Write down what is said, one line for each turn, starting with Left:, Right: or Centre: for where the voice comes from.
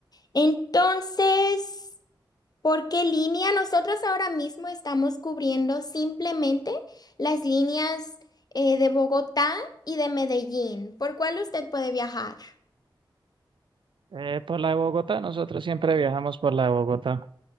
Left: Entonces, ¿por qué línea? Nosotros ahora mismo estamos cubriendo simplemente las líneas eh, de Bogotá y de Medellín. ¿Por cuál usted puede viajar?
Right: Eh, por la de Bogotá, nosotros siempre viajamos por la de Bogotá.